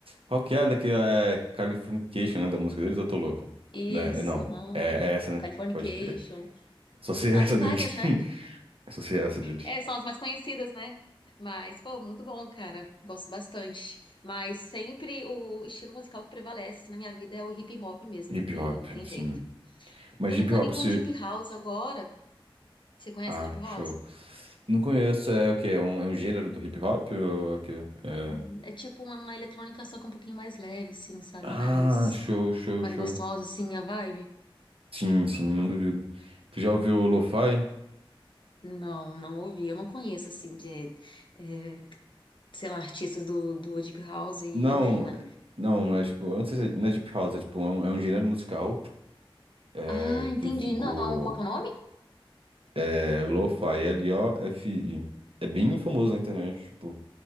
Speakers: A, on the right; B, on the left.
A: Qual que é daqui? É Californication, né? Da música deles, ou eu tô louco.
B: Isso,
A: Né? Não,
B: aham.
A: é, é essa,
B: Californication.
A: né? Pode crer. Só sei
B: Ah,
A: essa
B: tem várias,
A: deles.
B: né?
A: <laughs> Só sei essa deles.
B: É, são as mais conhecidas, né? Mas, pô, muito bom, cara. Gosto bastante. Mas sempre o estilo musical que prevalece na minha vida é o hip hop mesmo,
A: Hip
B: não tem,
A: hop,
B: não tem
A: sim.
B: jeito.
A: Mas
B: Tô
A: hip
B: tentando
A: hop
B: ir pra
A: se.
B: um deep house agora. Você conhece
A: Ah,
B: deep house?
A: show. Não conheço, é o quê? É um, é um gênero do hip hop? Ou é o quê? É...
B: Hum, É tipo uma, uma eletrônica só com um pouquinho mais leve, assim, sabe?
A: Ah,
B: Mais,
A: show, show,
B: mais
A: show.
B: gostosa, assim, a vibe.
A: Sim, sim, não duvido. Tu já ouviu o lo-fi?
B: Não, não ouvi. Eu não conheço, assim, de, eh, sei lá, artistas do, do Deep House, e,
A: Não,
B: enfim, né?
A: é- não, não é tipo. Eu não sei se é, não é deep house, é tipo, é um, é um gênero musical é,
B: Ah, entendi.
A: que ficou.
B: Não, qual que é o nome?
A: É Lo-Fi, L-O-F-I. É bem famoso na internet, tipo.